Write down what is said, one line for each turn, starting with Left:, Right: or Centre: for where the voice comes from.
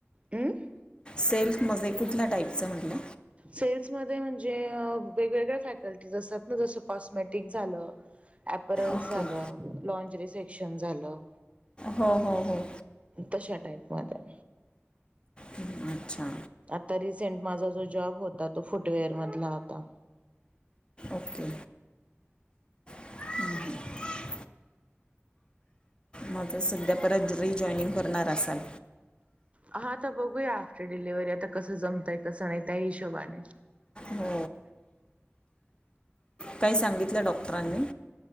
Right: हं <inaudible>
Left: सेल्फमध्ये कुठल्या टाईपचं म्हटलं
Right: सेल्समध्ये म्हणजे वेगवेगळ्या फॅकल्टीज असतात ना जसं कॉस्मेटिक झालं ॲपरल्स
Left: ओके
Right: झालं लॉन्जरी सेक्शन झालं
Left: हो हो हो
Right: तशा टाईप मध्ये
Left: हम्म, अच्छा
Right: आता रिसेंट माझा जो जॉब होता तो फुटवेअर मधला होता.
Left: ओके नाही <inaudible> माझं सध्या परत रि जॉईनिंग करणार असाल
Right: हा आता बघूया डिलिव्हरी आता कसं जमतय कसं नाय त्या हिशोबाने
Left: हो काय सांगितलं डॉक्टरांनी